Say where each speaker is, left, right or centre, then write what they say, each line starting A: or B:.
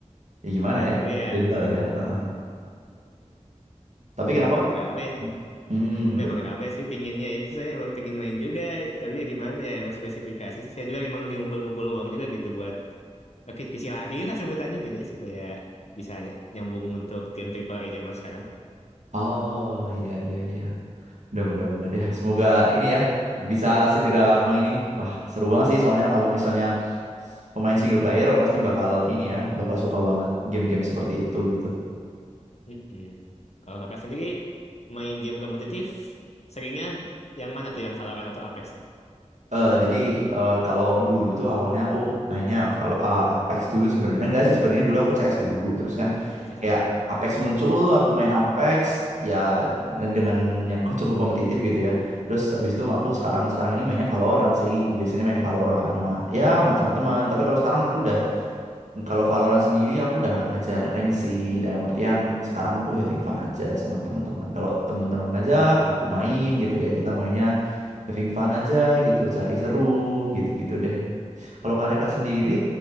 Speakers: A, on the right; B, on the left.
A: Ya
B: <laughs>
A: gimana
B: ya,
A: ya?
B: tapi
A: Legenda
B: ya
A: lah ya. Heeh. Tapi
B: cuma
A: kenapa
B: emang
A: Kak?
B: rame sih.
A: Hmm, bet-
B: memang rame sih pinginnya itu saya emang pingin main juga tapi ya gimana ya emang spesifikasi sih saya juga emang lagi ngumpul-ngumpul uang juga gitu buat rakit PC lagi lah sebutannya gitu ya, supaya bisa nyambung untuk game triple A zaman sekarang
A: Oh iya iya iya. Bener, bener, bener ya. Semoga ini ya bisa segera mainin. Wah, seru banget sih soalnya kalau misalnya pemain single player pasti bakal ini ya, bakal suka banget game-game seperti itu gitu.
B: Mm-mm. kalau kakak sendiri main game kompetitif seringnya yang mana tuh yang Valorant atau Apex tuh
A: Eh jadi eh, kalau dulu tuh awalnya aku mainnya Val- eh, Apex dulu sebenarnya. Enggak sih sebenarnya dulu aku CS dulu. Terus kan
B: Oh, just
A: kayak
B: dulu. Hmm.
A: Apex muncul, aku main Apex ya dengan yang <laughs> cukup kompetitif gitu ya. Terus abis itu aku sekarang sekarang ini mainnya Valorant sih. Biasanya main Valorant sama ya sama teman-teman. Tapi kalau sekarang aku udah Kalau Valorant sendiri aku udah nggak ngejar rank sih dalam artian sekarang aku having fun aja sama teman-teman. Kalau teman-teman ngajak aku main gitu ya kita mainnya having fun aja gitu cari seru gitu-gitu deh. Kalau Karika sendiri